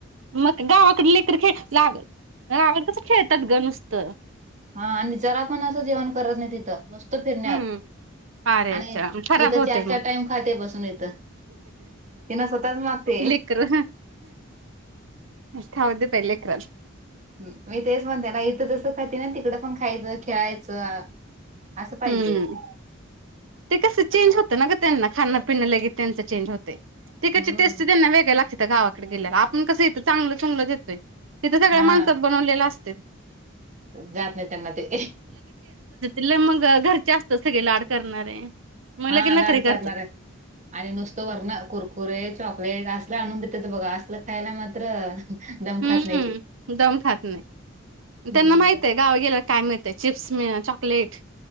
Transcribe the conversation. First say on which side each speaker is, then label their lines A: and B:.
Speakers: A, on the right (about 70°); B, on the right (about 35°).
A: मग गावाकडं लेकरं खेळत्यात ना अगं गावी कसं खेळतात ग मस्त.
B: हा आणि जरा पण असं जेवण करत नाही तिथं, नुसतं फिरण्यात
A: हम्म. अरेच्या
B: आणि
A: खराब
B: इथं
A: होतय
B: चार,
A: मग.
B: चार टाइम खाते बसून इथं. ते न स्वतःच मागते
A: लेकर खाऊ दे ताई लेकराला.
B: ह मी तेच म्हणते ना, इथं जसं खाते ना, तिकडं पण खायचं, खेळायचं. असं पाहिजे.
A: हम्म. ते कसं, चेंज होतं ना ग त्यांना खाण, पिण लगेत त्यांच चेंज होते. तिकडची
B: हम्म
A: टेस्ट त्यांना वेगळे लागत्यात गावाकडे गेल्यावर. आपण कसं इथं चांगलं चुंगलं तिथे सगळ्या
B: हा
A: माणसात बनवलेल्या असतय.
B: जात नाही त्यांना ते.
A: लई मग घरचे असतात सगळे लाड करणारे. मग
B: हा
A: लगे नखरे
B: लाड
A: करतात
B: करणारे. आणि नुसतं वरण कुरकुरे, चॉकलेट असल आणून देतेत बघा. असलं खायला मात्र दम
A: हम्म,
B: खात नाही ते
A: दम खात नाही.
B: हम्म
A: त्यांना माहितय गाव गेल्याला काय मिळेतय? चिप्स मिळ चॉकलेट